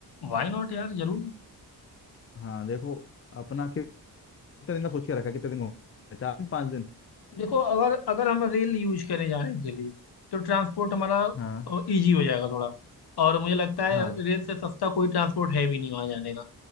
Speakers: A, on the left; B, on the left.
A: वाई नॉट यार जरूर
B: हाँ देखो अपना कितने दिन का सोच के रखा है, कितने दिन हो गए? चार दिन पाँच दिन
A: देखो अगर अगर हम रेल यूज करें जाने के लिए तो ट्रांसपोर्ट हमारा
B: हाँ
A: इजी हो जाएगा थोड़ा और मुझे लगता है
B: हाँ
A: रेल से सस्ता कोई ट्रांसपोर्ट है भी नहीं वहां जाने का